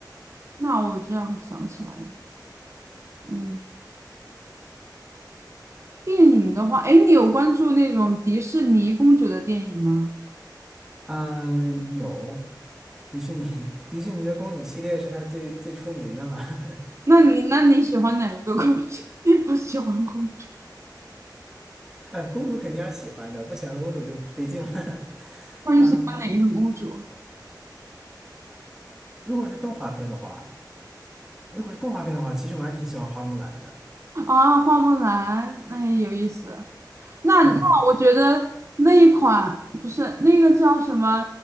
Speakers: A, on the right; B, in the centre.
A: 那我这样想起来了，嗯。电影的话，哎，你有关注那种迪士尼公主的电影吗？
B: 呃，有迪士尼 <laughs> 迪士尼的公主系列是它最最出名的嘛。<laughs>
A: 那你那你喜欢哪一个公主？<laughs> 你不喜欢公主，
B: 哎，公主肯定要喜欢的，不喜欢公主就不对劲了。<laughs>
A: 那你喜欢哪一个公主？
B: 嗯，如果是动画片的话，如果是动画片的话，其实我还挺喜欢花木兰的。
A: 啊，花木兰，那也有意思。那那我觉得那一款不是那个叫什么
B: 嗯